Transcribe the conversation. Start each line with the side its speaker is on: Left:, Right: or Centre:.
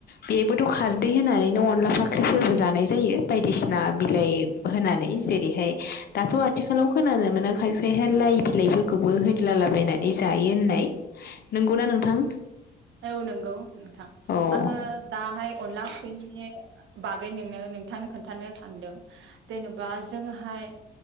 Left: बेबोथ' खारदै होनानै नो अनला ओंख्रिफोरबो जानाय जायो बायदिसिना बिलाइ
Right: औ
Left: होनानै जेरैहाय दाथ' आथिखालाव खोनानो मोनो खायफ हाय लाइ बिलाइफोरखौबो होदलालाबायनानै जायो होननाय नंगौना नोंथां
Right: औ नंगौ नोंथां
Left: औ
Right: आङो दाहाय अनला ओंख्रिनि बागै नोंनो नोंथांनो खोन्थानो सानदों जेनेबा जोंहा हाय